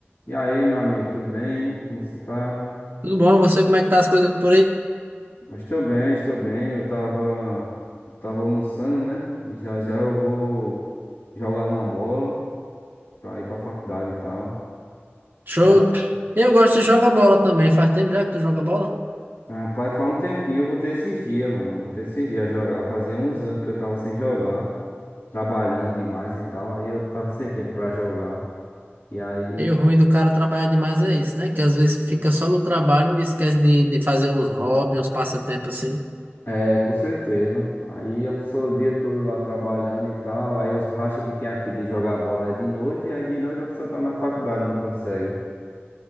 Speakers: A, on the left; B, on the right.
A: E aí, meu amigo, tudo bem? Como você tá?
B: Tudo bom? Você, como é que tá as coisas por aí?
A: Eu estou bem, estou bem. Eu tava, tava almoçando, né? E já já eu vou jogar uma bola pra ir pra faculdade e tal. Tu
B: Show.
A: fa-
B: Eu gosto de jogar bola também. Faz tempo já que tu joga bola?
A: Rapaz, faz um tempinho eu vou ter esses dias, mano. Eu vou ter esses dias jogar. Fazia uns anos que eu tava sem jogar, trabalhando demais e tal. Aí eu tava sem tempo pra jogar. E aí
B: E o ruim do cara trabalhar demais é isso, né? Que às vezes fica só no trabalho e esquece de, de fazer uns hobbies, uns passatempos assim.
A: É, com certeza. Aí a pessoa o dia todo lá trabalhando e tal, aí os rachas que tem aqui de jogar bola é de noite, e aí de noite a pessoa tá na faculdade, não consegue.